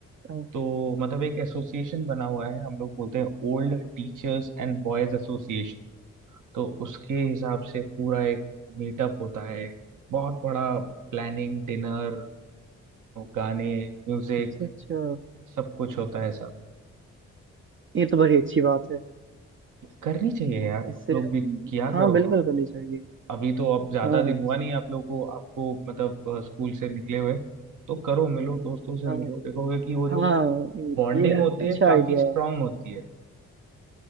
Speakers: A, on the right; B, on the right.
A: हाँ।
B: तो मतलब एक एसोसिएशन बना हुआ है हम लोग बोलते हैं old teachers and boys association तो उसके हिसाब से पूरा एक मीटअप होता है बहुत बड़ा प्लानिंग डिनर गाने म्यूजिक
A: अच्छा अच्छा
B: सब कुछ होता है सब
A: ये तो बड़ी अच्छी बात है
B: करनी चाहिए यार आप
A: इससे
B: लोग भी किया
A: हाँ
B: करो
A: बिल्कुल करनी चाहिए
B: अभी तो अब ज्यादा
A: हाँ
B: दिन हुआ नहीं आप लोगों को आपको मतलब अ, स्कूल से निकले हुए तो करो मिलो दोस्तों से
A: हाँ
B: मिलो देखोगे कि वो जो
A: हाँ
B: बॉन्डिंग
A: ये
B: होती
A: अच्छा
B: है काफी
A: आइडिया
B: स्ट्रांग
A: है
B: होती है